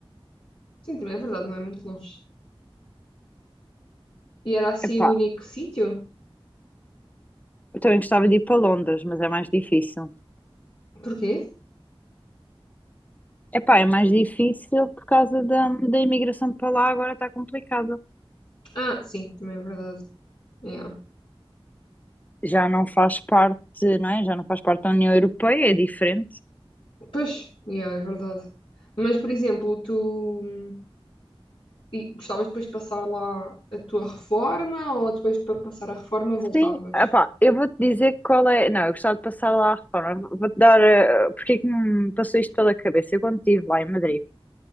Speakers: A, on the left; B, on the left.
A: Sim, também é verdade, não é muito longe. E era assim
B: Epá,
A: o único sítio?
B: eu também gostava de ir para Londres, mas é mais difícil.
A: Porquê?
B: Epá, é mais difícil por causa da, da imigração para lá, agora está complicada.
A: Ah, sim, também é verdade. Yeah.
B: Já não faz parte, não é? Já não faz parte da União Europeia, é diferente.
A: Pois, yeah, é verdade. Mas, por exemplo, tu hum, e gostavas depois de passar lá a tua reforma ou depois para passar a reforma voltavas?
B: Sim, epá, eu vou-te dizer qual é. Não, eu gostava de passar lá a reforma. Vou-te dar. eh, Porque é que me passou isto pela cabeça? Eu quando estive lá em Madrid.